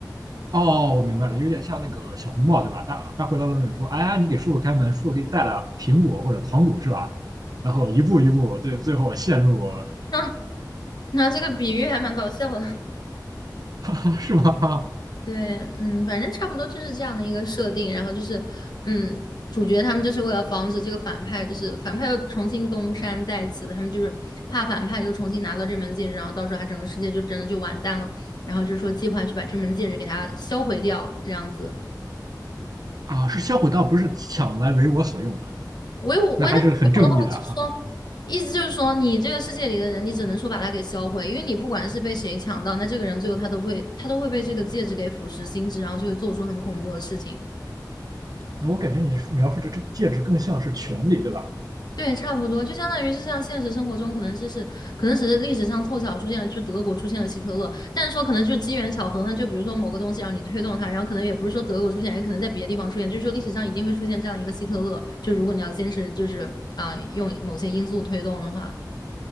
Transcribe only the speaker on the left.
那、啊 <laughs> 那这个比喻还蛮搞笑的，
对，嗯，反正差不多就是这样的一个设定。然后就是，嗯，主角他们就是为了防止这个反派，就是反派又重新东山再起了，他们就是怕反派就重新拿到这门戒指，然后到时候他整个世界就真的就完蛋了。然后就是说计划去把这门戒指给它销毁掉，这样子。
唯我唯他不用的话，
就是说，意思就是说，你这个世界里的人，你只能说把他给销毁，因为你不管是被谁抢到，那这个人最后他都会，他都会被这个戒指给腐蚀心智，然后就会做出很恐怖的事情。
对，差不多，就相当于是像现实生活中，可能就是可能只是历史上凑巧出现了，就德国出现了希特勒，但是说可能就是机缘巧合呢，就比如说某个东西让你推动它，然后可能也不是说德国出现，也可能在别的地方出现，就是说历史上一定会出现这样一个希特勒，就如果你要坚持就是啊、用某些因素推动的话，